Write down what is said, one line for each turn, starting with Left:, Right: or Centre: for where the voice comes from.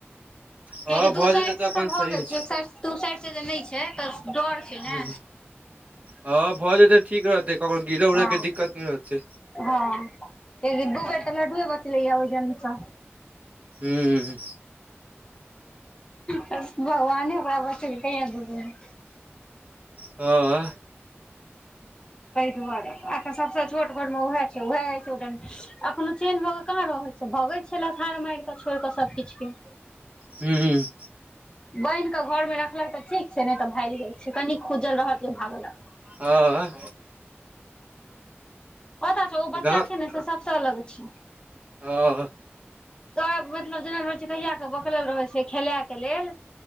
Right: हँ
Left: कियाकि दू
Right: भऽ
Left: साइड
Right: जेतै
Left: से
Right: अपन
Left: तऽ भए
Right: सही
Left: गेल
Right: अछि
Left: छै एक साइड से दु साइड से जे नै छै तऽ डर छै ने
Right: हूँ हँ भऽ जेतै तऽ ठीक रहतै ककरो गिरऽ
Left: हँ
Right: उरऽ के दिक्कत नहि रहतै
Left: हँ दु बेर ता लड्डू बचलै ये ओहि जन सँ
Right: हूँ
Left: बस भगवाने ओकरा बचेलकै ये दु बेर
Right: सेह
Left: तहि दुआरे आ एखन सभसँ छोट घरमे उएह छै उएह एक्सीडेंट अखनो चेन भऽ कऽ कहाँ रहै छै भगै छै लथार मारि कऽ छोड़ कऽ सभ किछ के
Right: हूँ
Left: बान्हि कऽ घरमे रखलक तऽ ठीक छै नहि तऽ भागि जाइत छै कनी खुजल रहल कि भागलक
Right: हँ
Left: पता छौ ओ बच्चा
Right: गाँव
Left: छै ने से सबसँ अलग छै
Right: हँ
Left: तऽ मतलब जेना रहै छै कहिया के बकलेल रहै छै खेलाय के लेल